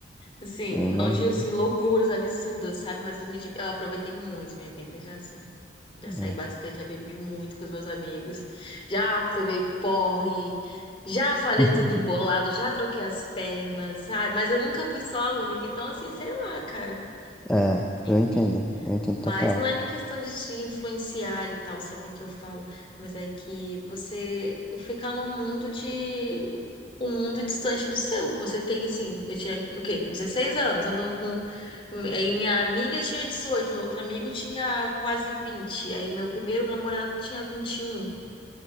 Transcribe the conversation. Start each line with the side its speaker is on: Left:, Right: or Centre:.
Left: Assim,
Centre: Eu imagino.
Left: não de assim, loucuras absurdas, sabe? Mas eu, me di- eu aproveitei muito minha vida, já assim. Já saí
Centre: É.
Left: bastante, já bebi muito com os meus amigos. Já tomei porre. Já falei
Centre: <laughs>
Left: tudo embolado, já troquei as pernas, sabe? Mas eu nunca fui só a única. Então, assim, sei lá, cara.
Centre: É,
Left: Enfim.
Centre: eu entendo, eu entendo
Left: Mas
Centre: total.
Left: não é nem questão de te influenciar e tal, sabe que eu falo, mas é que você fica num mundo de um mundo distante do seu. Você tem assim, eu tinha o quê? 16 anos, andando com aí minha amiga tinha 18, meu outro amigo tinha quase 20, aí meu primeiro namorado tinha 21.